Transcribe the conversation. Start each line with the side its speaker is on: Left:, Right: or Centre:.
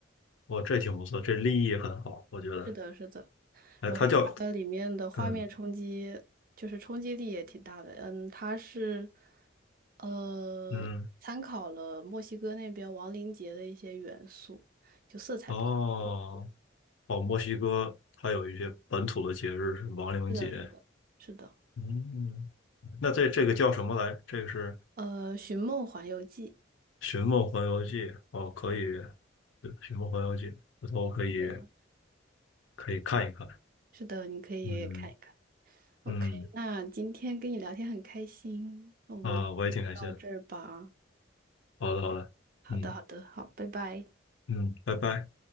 Left: 哦，这挺不错，这立意很好，我觉得，
Right: 是的，是的。
Left: 哎，
Right: 然后它的里面的画面冲击，
Left: 它叫，嗯
Right: 就是冲击力也挺大的。嗯，它是呃参考了墨西哥那边亡灵节的一些元素，
Left: 嗯，
Right: 就色彩比较丰富。
Left: 哦哦，墨西哥它有一些本土的节日是亡灵节，
Right: 是的，是的，是的。
Left: 嗯，那这这个叫什么来？这个是
Right: 呃，《寻梦环游记》
Left: 《寻梦环游记》哦，可以，对《寻梦环游记》，回头可以
Right: 是的，
Left: 可以看一看。
Right: 是的，你可以看一看。
Left: 嗯
Right: OK，
Left: 嗯，
Right: 那今天跟你聊天很开心，那我们就到这儿吧。
Left: 啊、我也挺开心的。好的好的，
Right: 好的，
Left: 嗯
Right: 好的，好，拜拜。
Left: 嗯，拜拜。